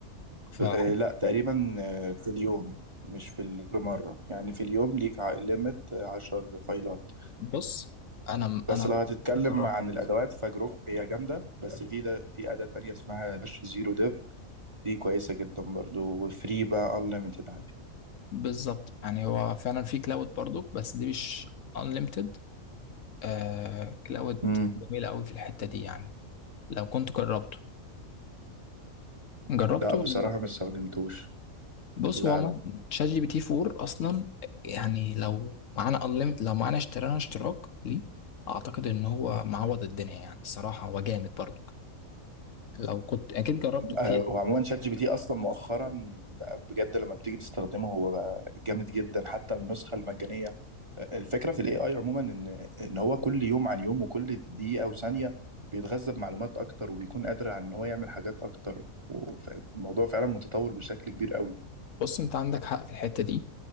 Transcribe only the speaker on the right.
ب- آه، لا تقريبا آه، في اليوم مش في اليوم مرة يعني في اليوم ليك ليميت عشر فايلات
بس
لو هتتكلم
عن الادوات فجروب هي جامده بس في ده في اداه تانية اسمها داش زيرو ديف دي كويسه جدا برضو وفري بقى انليمتد عادي
امم
لا بصراحه
ما استخدمتوش
لا
لا
آه، وعموما شات جي بي تي اصلا مؤخرا بقى بجد لما بتيجي تستخدمه هو بقى جامد جدا حتى النسخه المجانيه آه، الفكره في الاي اي عموما ان ان هو كل يوم عن يوم وكل دقيقه وثانيه بيتغذى بمعلومات اكتر وبيكون قادر على ان هو يعمل حاجات اكتر والموضوع فعلا متطور بشكل كبير قوي